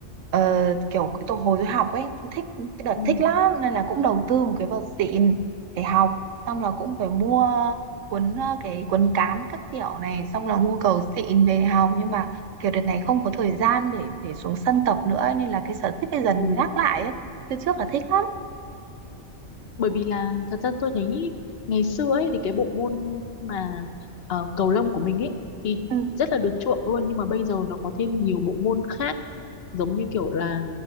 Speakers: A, on the right (about 75°); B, on the left (about 55°).
A: ờ, kiểu cái tổ hồi tôi học ấy, tôi thích cái đợt
B: ừ.
A: thích lắm nên là cũng đầu tư một cái vợt xịn để học, xong là cũng phải mua cuốn ờ, cái cuốn cán các kiểu này, xong là mua cầu xịn về học nhưng mà kiểu đợt này không có thời gian để để xuống sân tập nữa ấy, nên là cái sở thích này dần
B: Ừ.
A: gác lại ấy. Trước trước là thích lắm.
B: bởi vì là thật ra tôi thấy ngày xưa ấy thì cái bộ môn mà ờ, cầu lông của mình ấy thì
A: Ừ.
B: rất là được chuộng luôn nhưng mà bây giờ nó có thêm nhiều bộ môn khác giống như kiểu là